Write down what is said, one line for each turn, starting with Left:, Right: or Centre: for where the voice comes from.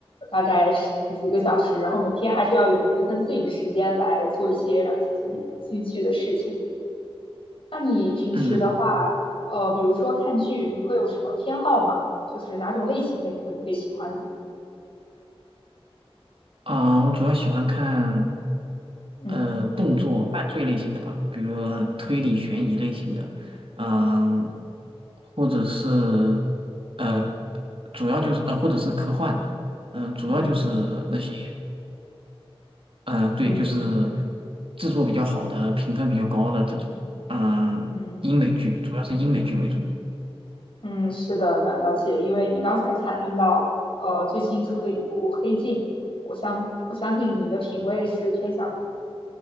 Left: 大概十十几个小时，然后每天还是要有一部分自己的时间来做一些让自己感兴趣的事情。那你平时的话，
Right: 嗯
Left: 呃，比如说看剧，你会有什么偏好吗？就是哪种类型的你会特别喜欢呢？
Right: 啊，我主要喜欢看
Left: 嗯
Right: 呃动作犯罪类型的吧，比如说推理悬疑类型的，嗯、或者是呃主要就是呃或者是科幻，嗯、主要就是那些。
Left: 嗯
Right: 嗯、呃对，
Left: 嗯
Right: 就是制作比较好的、评分比较高的这种，嗯，
Left: 嗯
Right: 英美剧，主要是英美剧为主。
Left: 嗯，是的，那了解。因为你刚才谈论到，呃，最近出的一部《黑镜》，我相我相信你的品味是偏向于